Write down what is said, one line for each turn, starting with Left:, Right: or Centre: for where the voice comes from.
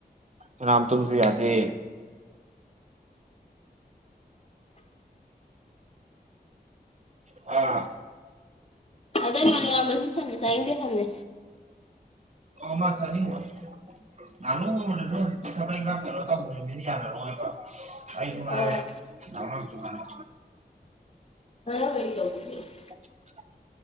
Right: ꯉꯥꯔꯥꯡ ꯇꯝꯕꯥꯁꯨ ꯌꯥꯗꯦ ꯎꯝ ꯑ <unintelligible>
Left: ꯑꯗ ꯃꯥ ꯌꯥꯝ <unintelligible>
Right: ꯑꯃ ꯆꯅꯤꯉ <unintelligible> ꯂꯅ ꯃ ꯁꯄ ꯃ ꯌꯥꯗꯔꯕ <unintelligible> ꯑꯩꯖꯨ ꯉꯥꯏꯔꯦ
Left: ꯑꯥ
Right: ꯑꯃꯖꯨ ꯉꯏꯔꯦ
Left: ꯍ ꯍꯩ ꯇꯕꯨ <unintelligible>
Right: <unintelligible>